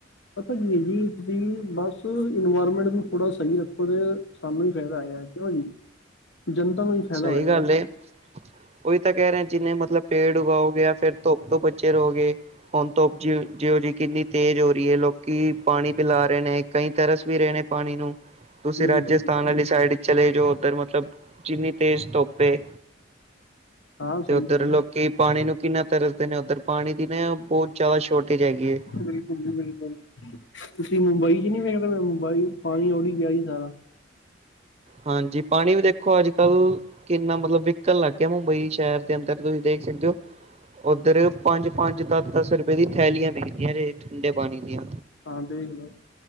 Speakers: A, on the left; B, on the right.
A: ਪਤਾ ਕੀ ਹੈ ਜੀ। ਤੁਸੀਂ ਬੱਸ ਇਨਵਾਇਰਮੈਂਟ ਨੂੰ ਥੋੜ੍ਹਾ ਸਹੀ ਰੱਖੋ। ਅਤੇ ਸਾਨੂੰ ਹੀ ਫੈਦਾ ਹੈਗਾ। ਕਿਊ ਜੀ? ਜਨਤਾ ਨੂੰ ਫਾਇਦਾ
B: ਸਹੀ
A: ਹੋਏਗਾ
B: ਗੱਲ ਏ। ਉਹੀ ਤਾਂ ਕਹਿ ਰਹੇ, ਜਿੰਨੇ ਮਤਲਬ ਪੇੜ ਉਗਾਓ ਗੇ, ਫੇਰ ਧੁੱਪ ਤੋਂ ਬੱਚੇ ਰਹੋਗੇ। ਹੁਣ ਤੋਪ ਜ ਜਿਓ ਜੀ, ਕਿੰਨੀ ਤੇਜ਼ ਹੋ ਰਹੀ ਐ। ਲੋਕੀ ਪਾਣੀ ਪਿਲਾ ਰਹੇ ਨੇ। ਕਈ ਤਰਸ ਵੀ ਰਹੇ ਨੇ ਪਾਣੀ ਨੂੰ। ਤੁਸੀਂ
A: ਬਿਲਕੁਲ
B: ਰਾਜਸਥਾਨ
A: ਜੀ
B: ਵਾਲੀ ਸਾਈਡ ਚਲੇ ਜਾਓ, ਉੱਧਰ ਮਤਲਬ ਜਿੰਨੀ ਤੇਜ਼ ਧੋਪ ਏ
A: ਹਾਂ ਸਹੀ
B: ਤੇ, ਉੱਧਰ
A: ਗੱਲ
B: ਲੋਕ ਕਿ ਪਾਣੀ ਨੂੰ ਕਿੰਨਾ ਤਰਸਦੇ ਨੇ। ਉੱਧਰ ਪਾਣੀ ਦੀ ਨਾ ਬਹੁਤ ਜ਼ਿਆਦਾ ਸ਼ੋਰਟੇਜ ਹੈਗੀ ਏ।
A: ਬਿਲਕੁਲ ਜੀ- ਬਿਲਕੁਲ, ਤੁਸੀਂ ਮੁੰਬਈ ਚ ਨੀ ਵੇਖਦੇ ਪਏ ਮ ਮੁੰਬਈ ਪਾਣੀ ਓੜ ਹੀ ਗਿਆ ਸੀ ਸਾਰਾ।
B: ਹਾਂਜੀ। ਪਾਣੀ ਵੀ ਦੇਖੋ, ਅੱਜ-ਕੱਲ ਕਿੰਨਾ ਮਤਲਬ ਵਿਕਣ ਲੱਗ ਗਿਆ, ਮੁੰਬਈ ਸ਼ਹਿਰ ਦੇ ਅੰਦਰ ਤੁਸੀਂ ਦੇਖ ਸਕਦੇ ਓ। ਉੱਧਰ ਪੰਜ-ਪੰਜ, ਦਸ-ਦਸ ਰੁਪਏ ਦੀ ਥੈਲੀਆਂ ਵਿਕਦੀਆਂ ਦੇ, ਠੰਡੇ ਪਾਣੀ ਦੀਆਂ।
A: ਹਾਂ, ਦੇਖ ਲਓ।